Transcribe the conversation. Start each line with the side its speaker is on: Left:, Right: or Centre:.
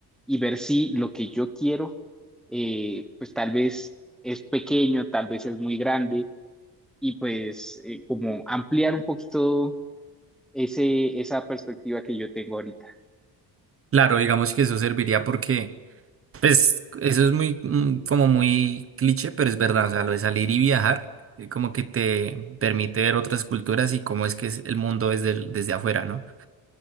Centre: y ver si lo que yo quiero, eh, pues tal vez es pequeño, tal vez es muy grande y pues eh, como ampliar un poquito ese, esa perspectiva que yo tengo ahorita.
Right: Claro, digamos que eso serviría porque, pues, eso es muy, mm, como muy cliché, pero es verdad, o sea, lo de salir y viajar, eh, como que te permite ver otras culturas y cómo es que es el mundo desde, el- desde afuera, ¿no?